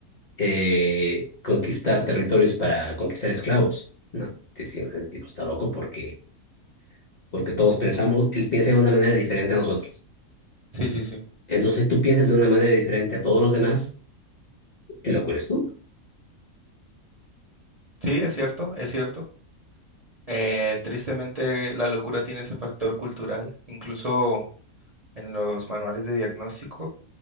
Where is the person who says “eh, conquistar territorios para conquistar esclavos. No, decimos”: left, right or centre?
Left